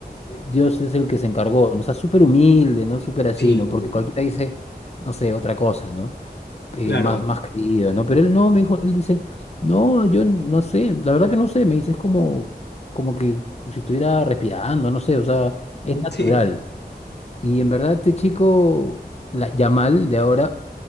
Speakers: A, on the left; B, on the left.
A: eh, Dios es el que se encargó, ¿no? O sea, súper humilde, ¿no? Súper así,
B: Sí,
A: ¿no? Porque cualquiera dice, no sé, otra cosa, ¿no? eh,
B: claro.
A: más, más creído, ¿no? Pero él no, me dijo, él dice, no, yo no sé, la verdad que no sé, me dice, es como, como que si estuviera respirando, no sé, o sea, es
B: <laughs>
A: natural. Y en verdad este chico, la, Yamal de ahora,